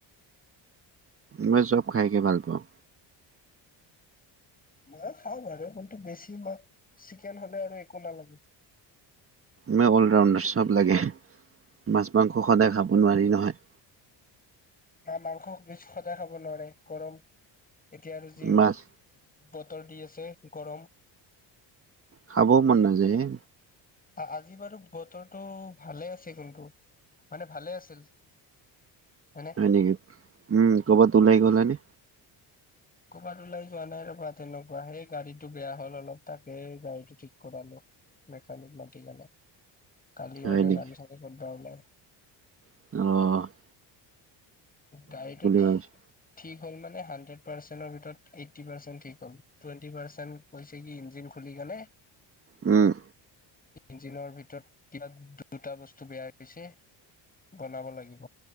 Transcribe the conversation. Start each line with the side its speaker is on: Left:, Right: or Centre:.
Right: মই চব খাইকে ভাল পাওঁ।
Left: মই খাওঁ বাৰু কিন্তু বেছি মোক চিকেন হ'লে আৰু একো নালাগে।
Right: মই অল ৰাউণ্ডাৰ চব লাগে। মাছ মাংস সদায় খাব নোৱাৰি নহয়।
Left: মাংস বেছি সদায় খাব নোৱাৰে গৰম এতিয়া আৰু যি
Right: মাছ
Left: বতৰ দি আছে গৰম।
Right: খাবও মন নাযায় হে।
Left: আজি বাৰু বতৰটো ভালে আছে কিন্তু, মানে ভালে আছিল। হয়নে?
Right: হয় নেকি। উম কৰ'বাত ওলাই গ'লানে?
Left: ক'ৰবাত ওলাই যোৱা নাই ৰবা তেনেকুৱা। সেই গাড়ীটো বেয়া হ'ল অলপ তাকে গাড়ীটো ঠিক কৰালো। বেকানিক মাতি গ'লে। কালি
Right: হয়
Left: মানে
Right: নেকি?
Left: যাম চাগে ক'তবা ওলাই।
Right: অ।
Left: গাড়ীটো
Right: ভাবিছা?
Left: ঠিক হ'ল মানে, হাড্ৰেড পাৰ্চেন্টৰ ভিতৰত এইটটি পাৰ্চেন্ট ঠিক হ'ল। টুৱেণ্টি পাৰ্চেণ্ট কৈছে কি ইঞ্জিন খুলি কেনে
Right: উম।
Left: ইঞ্জিনৰ ভিতৰত কিবা দুটা বস্তু বেয়া হৈছে। বনাব লাগিব।